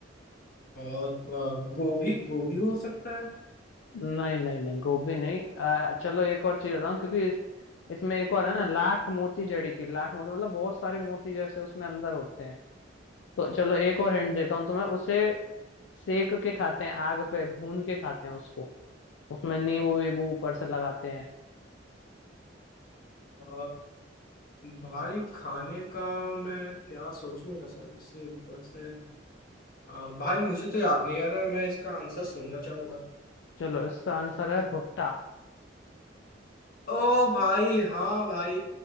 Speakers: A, on the left (about 50°); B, on the left (about 75°).
A: और अ, गोभी गोभी हो सकता है
B: नहीं नहीं नहीं गोभी नहीं आ, चलो एक और चीज बताऊँ क्योंकि इस- इसमें एक और है ना लाख मोती जड़ी थी लाख मोती मतलब बहुत सारे मोती जैसे उसमें अंदर होते हैं तो चलो एक और हिंट देता हूँ तुम्हें उसे सेक के खाते हैं आग पे भून के खाते हैं उसको उसमें नींबू वीबू ऊपर से लगाते हैं
A: अ, भाई खाने का मैं क्या सोचूंगा सर इससे ऊपर से अ, भाई मुझे तो याद नहीं आ रहा है, मैं इसका आंसर सुनना चाहूंगा
B: चलो इसका आंसर है भुट्टा
A: ओ भाई हाँ भाई